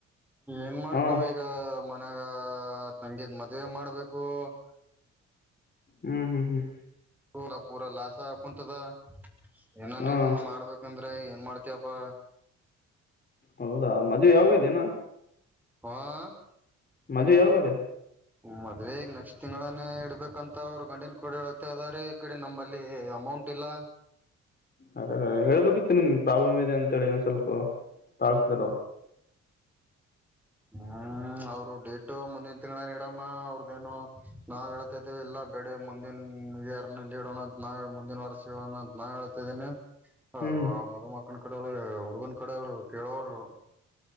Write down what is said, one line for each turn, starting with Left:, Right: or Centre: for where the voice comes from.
Centre: ಏನ್ ಮಾಡ್ತೀಯೋ
Left: ಹಾ
Centre: <unintelligible> ಈಗ ಮನ್ಯಾಗ ತಂಗಿದ್ ಮದ್ವೇ ಮಾಡ್ಬೇಕು <unintelligible>
Left: ಹ್ಮ್ ಹ್ಮ್ ಹ್ಮ್
Centre: ಸೋಲ ಪೂರಾ ಲಾಸ್ ಹಾಗಿ ಕೊಂತದ ಏನನ್
Left: ಹಾ
Centre: ಏನ್ ಮಾಡ್ಬೇಕಂದ್ರೆ ಏನ್ ಮಾಡ್ತಿಯಪ್ಪಾ
Left: ಹೌದಾ ಮದ್ವೇ ಯಾವಾಗ ಇನ್ನ
Centre: ಹಾ <unintelligible>
Left: ಮದ್ವೇ ಯಾವೋಗದ?
Centre: ಮದ್ವೆ ಈಗ ನೆಕ್ಸ್ಟ್ ತಿಂಗಳಾನೇ ಇಡ್ಬೇಕ ಅಂತ ಅವ್ರು ಗಂಡಿನ ಕಡೆಯವರು ಹೇಳ್ತಾ ಇದ್ದಾರೆ. ಇ ಕಡೆ ನಮ್ಮಲ್ಲಿ ಅಮೌಂಟ್ ಇಲ್ಲ.
Left: ಅರೆ ಅರೆ ಅ ಹೇಳ್ಬೇಕಿತ್ತು ನಿಮಗೆ ಪ್ರಾಬ್ಲಮ್ ಇದೆ ಅಂತೇಳಿ ಇನ್ನ ಸ್ವಲ್ಪ ತಾಳ್ತಿದ್ ಅವರು.
Centre: ಹ್ಮ್ ಅವರು ಡೇಟ್ ಮುಂದಿನ ತಿಂಗಳ ಇಡಮ್ಮ ಅವ್ರದೇನು ನಾವ ಹೇತಾ ಇದ್ದೇವಿ ಇಲ್ಲ. <unintelligible> ಬೇಡೆ ಮುಂದಿನ ಇಯರನಲ್ಲಿ ಇಡೋಣ ನಾ ಹೇಳ್ ಮುಂದಿನ ವರ್ಷ ಇಡೋಣ ಅಂತ ನಾ ಹೇಳ್ತಿದೀನಿ. ಹ
Left: ಹ್ಮ್
Centre: ಮದಮಕ್ಕನ ಕಡೆಯವರು ಹುಡುಗನ ಕಡೆರು ಕೇಳೋಲ್ರು